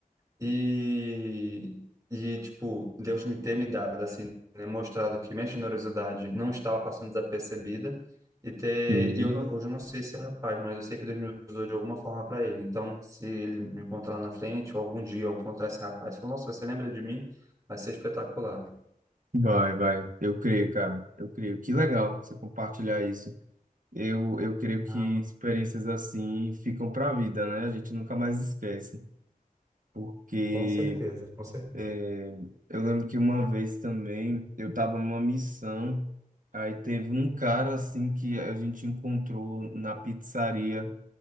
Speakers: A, on the right; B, on the right.
A: E, e, tipo, Deus me ter me dado, assim, né, mostrado que minha generosidade não estava passando desapercebida e ter,
B: Sim.
A: e eu não, hoje eu não sei se é rapaz, mas eu sei que Deus me usou de alguma forma para ele. Então, se ele me encontrar lá na frente, ou algum dia eu encontrar esse rapaz, e falar, nossa, você lembra de mim? Vai ser espetacular.
B: Vai, vai. Eu creio, cara. Eu creio. Que legal você compartilhar isso. Eu, eu creio que
A: Ah, mano,
B: experiências assim ficam para a vida, né? A gente nunca mais esquece, porque
A: com certeza, com certeza.
B: É, eu lembro que uma vez também eu estava numa missão, aí teve um cara assim que a gente encontrou na pizzaria,